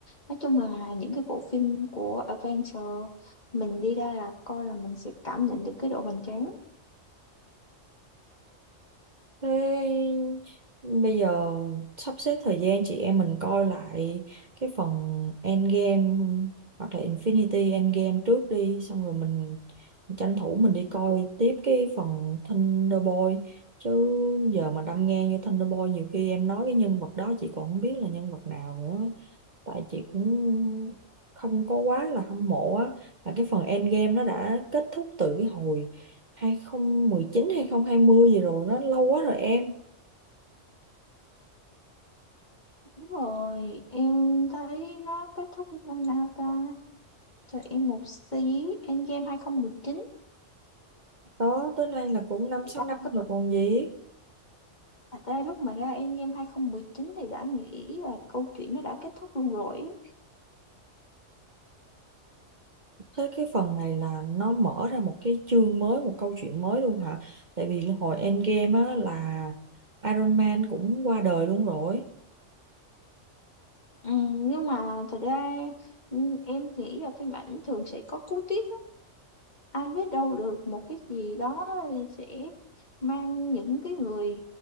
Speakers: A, on the left; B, on the right.
A: nói chung là những cái bộ phim của Adventure mình đi ra rạp coi là mình sẽ cảm nhận được cái độ hoành tráng
B: Thế bây giờ sắp xếp thời gian chị em mình coi lại cái phần Endgame hoặc là Infinity Endgame trước đi xong rồi mình tranh thủ mình đi coi tiếp cái phần Thunderbolt chứ giờ mà đâm ngang vô Thunderbolt nhiều khi em nói cái nhân vật đó chị còn không biết là nhân vật nào nữa tại chị cũng không có quá là hâm mộ á là cái phần Endgame nó đã kết thúc từ cái hồi 2019 2020 gì rồi nó lâu quá rồi em
A: đúng rồi em thấy nó kết thúc năm nào ta cho em một xí Endgame 2019
B: đó tới nay là cũng năm
A: thật
B: sáu năm
A: ra,
B: rồi còn gì
A: thật ra lúc mà ra Endgame 2019 thì đã nghĩ là câu chuyện nó đã kết thúc luôn rồi á.
B: tới cái phần này là nó mở ra một cái chương mới một câu chuyện mới luôn hả tại vì hồi Endgame á là Iron Man cũng qua đời luôn rồi
A: Ừ, nhưng mà thật ra ừ, em thì ý là phim ảnh thường sẽ có cú twist á. Ai biết đâu được một cái gì đó sẽ mang những cái người